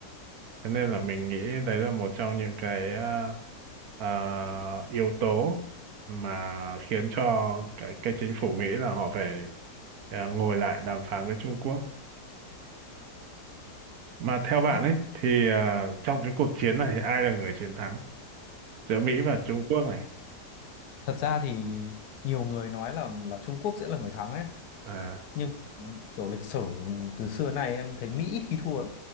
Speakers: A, on the right (about 65°); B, on the left (about 70°).
A: Thế nên là mình nghĩ đấy là một trong những cái à, à, yếu tố mà khiến cho cái, cái chính phủ Mỹ là họ phải à, ngồi lại đàm phán với Trung Quốc. Mà theo bạn
B: thế thì
A: ấy thì à, trong cái cuộc chiến này thì ai là người chiến thắng giữa Mỹ và Trung Quốc này?
B: thật ra thì nhiều người nói là là Trung Quốc sẽ là người thắng ấy
A: À,
B: nhưng kiểu lịch sử từ xưa nay em thấy Mỹ ít khi thua lắm